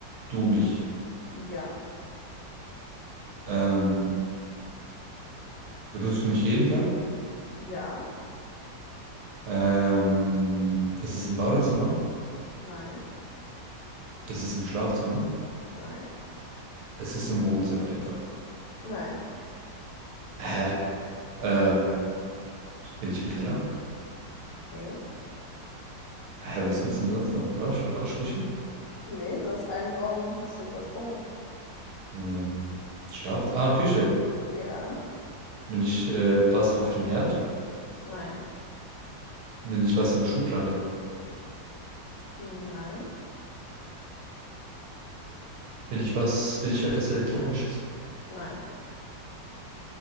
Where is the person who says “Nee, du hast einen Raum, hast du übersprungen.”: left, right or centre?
Left